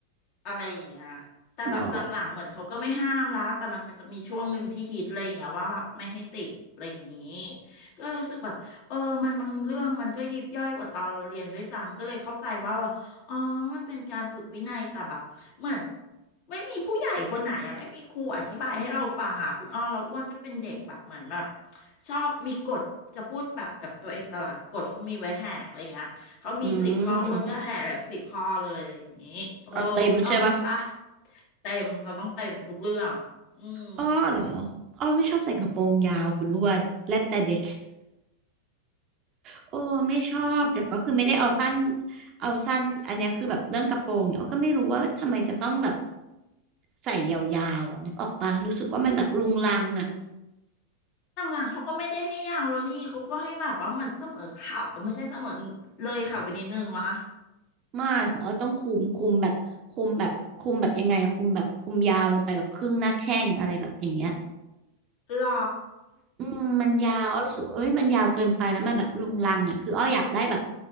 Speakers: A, on the left; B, on the right.
A: อะไรอย่างเงี้ยแต่แบบหลังๆเหมือนเขาก็ไม่ห้ามละแต่มันมันจะมีช่วงหนึ่งที่ฮิตอะไรอย่างเงี้ยว่าแบบไม่ให้ติดอะไรอย่างงี้
B: เหรอ
A: ก็รู้สึกแบบเออมันบางเรื่องมันก็ยิบย่อยกว่าตอนเราเรียนด้วยซ้ำก็เลยเข้าใจว่าแบบอ๋อมันเป็นการฝึกวินัย แต่แบบเหมือนไม่มีผู้ใหญ่คนไหนอะไม่มีครูอธิบายให้เราฟังอะคุณอ้อเราอ้วนก็เป็นเด็กแบบเหมือนแบบชอบมีกฎจะพูดแบบกับตัวเองตลอดกฎเขามีไว้แหกอะไรเงี้ย เขามีสิบข้ออ้วนก็แห่แบบสิบข้อเลยอะไรอย่างนี้
B: อืม
A: เออคุณอ้อเป็นปะ
B: เอาเต็มใช่ปะ
A: เต็มเราต้องเต็มทุกเรื่อง อืม
B: อ้อเหรออ้อไม่ชอบใส่กระโปรงยาวคุณอ้วนและแต่เด็ก โอ้ไม่ชอบแต่ก็คือไม่ได้เอาสั้นเอาสั้นอันเนี้ยคือแบบเรื่องกระโปรงเนี่ยอ้อก็ไม่รู้ว่าทำไมจะต้องแบบใส่ยาวๆอ่ะนึกออกปะรู้สึกว่ามันแบบรุงรังอ่ะ
A: หลังๆเขาก็ไม่ได้ให้ยาวแล้วนี่เขาก็ให้แบบว่าเหมือนเสมอเข่าวไม่ใช่เสมอเลยเข่าวไปนิดนึงวะ
B: ไม่ของอ้อต้องคุมคุมแบบคุมแบบคุมแบบยังไงอะคุมแบบคุมยาวลงไปแบบครึ่งหน้าแข้งอะไรแบบอย่างเงี้ย
A: หรอ
B: อืมมันยาวอ้อรู้สึกว่าเอ้ยมันยาวเกินไปแล้วมันแบบรุงรังอ่ะคืออ้ออยากได้แบบ